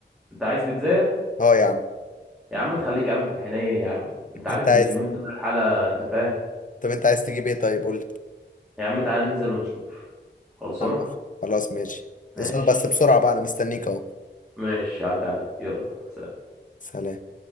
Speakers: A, in the centre; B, on the left.
A: انت عايز بيتزا
B: اه يا عم
A: يا عم تخليك يا عم في الحنين يا عم انت عارف
B: انت عايز
A: اليومين دول الحاله انت فاهم
B: طب انت عايز تجيب ايه طيب قول لي
A: يا عم تعالى ننزل ونشوف خلصانه
B: عم خلاص ماشي
A: ماشي
B: اظبط بس بسرعة بقى انا مستنيك اهو
A: ماشي عدى عليك يلا سلام
B: سلام